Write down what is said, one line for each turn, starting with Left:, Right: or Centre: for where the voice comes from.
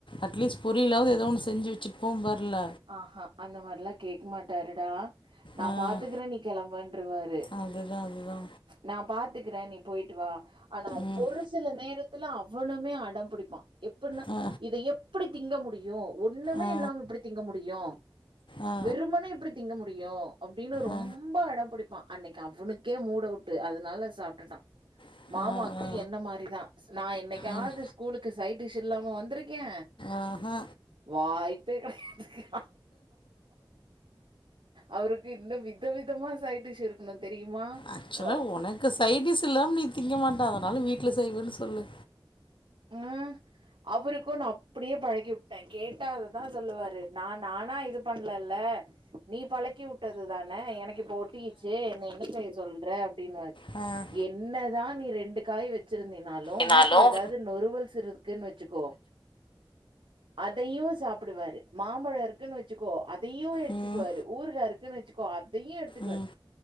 Left: அட்லீஸ்ட் பொரியலாவது ஏதோ ஒன்னு செஞ்சு வச்சுட்டு போ வர்ல
Right: ஆஹா அந்த மாரிலா கேக்க மாட்டாருடா நா
Left: ஆ
Right: பாத்துக்கிறே நீ கெளம்புன்றுவாரு
Left: அதுதா அதுதா
Right: நா பாத்துக்கிறே நீ போயிட்டு வா ஆனா
Left: ம்
Right: ஒரு சில நேரத்துல அவனுமே அடோ பிடிப்பா எப்போனா
Left: ஆ
Right: இத எப்டி திங்க முடியு ஒண்ணுமே
Left: ஆ
Right: இல்லாம இப்டி திங்க முடியு
Left: ஆ
Right: வெறுமனே எப்டி திங்க முடியு அப்டினு ரொம்ப
Left: ஆ
Right: அடம் பிடிப்பா அன்னைக்கி அவனுக்கே மூடவுட்டு அதுனால சாப்டுட்டா
Left: ஆ
Right: மாமாக்கு
Left: ஆ ஆ
Right: என்ன மாரிதா ஸ் நா என்னைக்காது
Left: ம்
Right: ஸ்கூலுக்கு சைட்டிஷ் இல்லாம வந்துருக்கே
Left: ஆஹ
Right: வாய்ப்பே கெடை <inaudible> த்து அவருக்கு இன்னு வித விதமா சைடிஸ் இருக்கணு தெரியுமா
Left: ஆக்சுவலா
Right: அ
Left: உனக்கு சைடிஸ் இல்லாம நீ திங்க மாட்ட அதனால வீட்ல செய்வேனு சொல்லு
Right: ம் அவருக்கு நா அப்டியே பழக்கி உட்டே கேட்ட அததா சொல்லுவாரு நா நானா இது பண்ணலல்ல நீ பழக்கி உட்டது தான எனக்கு இப்ப ஒட்டிகிச்சு என்ன என்ன செய்ய சொல்ற அப்டினுவாரு
Left: அ
Right: என்னதா நீ ரெண்டு காய் வச்சிருந்தீனாலு
Left: என்னாலும்
Right: வீட்ல ஏதாவுது து நொறுவோல்ஸ் இருக்குன் வச்சுக்கோ அதையு சாப்பிடுவாரு மாம்பழோ இருக்குனு வச்சுக்கோ அதையு எடுத்துக்குவாரு
Left: ம்
Right: ஊறுகா இரு க்குனு வச்சுக்கோ அதையு எடுத்துக்குவாரு
Left: ம்